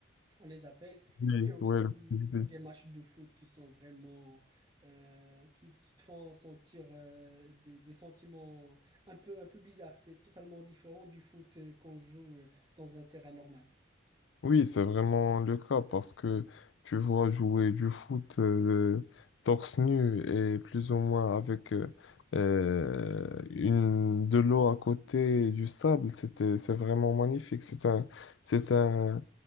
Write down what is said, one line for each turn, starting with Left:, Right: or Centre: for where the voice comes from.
Right: on les appelle,
Left: Oui,
Right: et aussi
Left: ouais, l'activité.
Right: des matchs de foot qui sont vraiment euh, qui, qui te font sentir euh, des, des sentiments un peu un peu bizarres. C'est totalement différent du foot euh, qu'on joue euh, dans un terrain normal.
Left: Oui, c'est vraiment le cas parce que tu vois jouer du foot euh, torse nu et plus ou moins avec euh, euh, une, de l'eau à côté et du sable, c'était, c'est vraiment magnifique. C'est un, c'est un,